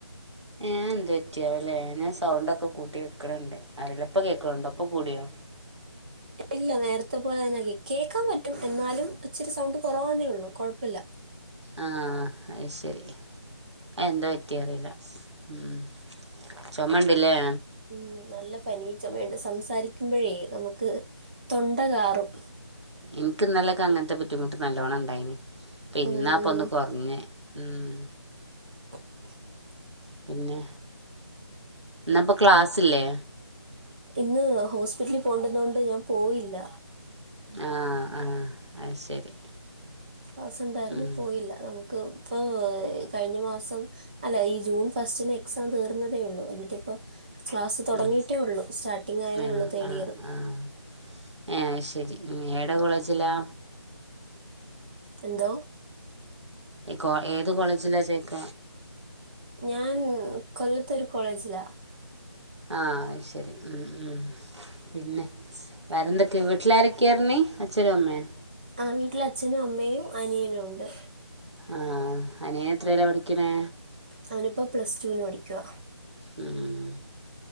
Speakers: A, on the right; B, on the right.
A: അത് എന്ത് പറ്റിയതാവൂല്ലേ ഞാൻ സൗണ്ടൊക്കെ കൂട്ടി വെക്കണണ്ട് അറീല്ല ഇപ്പ കേക്കണുണ്ടൊ ഇപ്പോ കൂടിയോ
B: ഇല്ല നേരത്തെ പോലെ തന്നെ കേൾക്കാൻ പറ്റും എന്നാലും ഇച്ചിരി സൗണ്ട് കുറവാന്നേ ഉള്ളൂ കുഴപ്പവില്ല
A: ആ അത് ശരി എന്തോറ്റി അറിയില്ല ഉം ചൊമയുണ്ട് അല്ലിയോ
B: ഉം നല്ല പനി ചോമേ ഒണ്ട് സംസാരിക്കുമ്പോഴേ നമുക്ക്- തൊണ്ടകാറും
A: എനിക്ക് ഇന്നലെയൊക്ക അങ്ങനത്തെ ബുദ്ധിമുട്ട് നല്ലോണ്ണം ഉണ്ടായിന് ഇന്നാ
B: ഉം,
A: ഇപ്പൊ
B: ഉം.
A: ഒന്ന് കോറഞ്ഞെ ഉം
B: <inaudible>
A: പിന്നെ ഇന്ന് ഇപ്പൊ ക്ലാസ്ല് ഇല്ലേ
B: ഇന്ന് ഹോസ്പിറ്റലിൽ പോണ്ടുന്നോണ്ട് ഞാൻ പോയില്ല
A: ആഹ് ആഹ് അത് ശരി
B: ക്ലാസ്സ്‌ ഇണ്ടാരുന്നു
A: ഉം
B: പോയില്ല നമുക്ക്പ്പ് കഴിഞ്ഞ മാ സം അല്ല ഈ ജൂൺ ഫസ്റ്റിന് എക്സാം തീർന്നതേ ഉള്ളൂ എന്നിട്ടിപ്പ ക്ലാസ് തുടങ്ങിട്ടേ
A: ഉം
B: ഉള്ളു സ്റ്റാർട്ടിംങ്ങ് ആയതേ
A: ആഹ്
B: ഉള്ളൂ തേർഡ്
A: ആഹ്
B: ഇയർ
A: ആഹ് ഏഹ് അത് ശരി ഏടെ കോളേജിലാ
B: എന്തോ
A: ഈ കോ ഏത് കോളേജിലാ ചേക്ക
B: ഞാൻ കൊല്ലത്ത് ഒരു കോളേജിലാ
A: ആഹ് അയ്ശരി ഉം ഉം പിന്നെ വേറെന്തൊക്കെ വീട്ടിലാര ക്കെർണി അച്ഛനും അമ്മയും
B: ആ വീട്ടില് അച്ഛനും അമ്മയും അനിയനും ഉണ്ട്
A: ആഹ് അനിയ എത്രല്ല പഠിക്കണേ
B: അവനിപ്പോ പ്ലസ്ടുന് പഠിക്കുവ
A: ഉം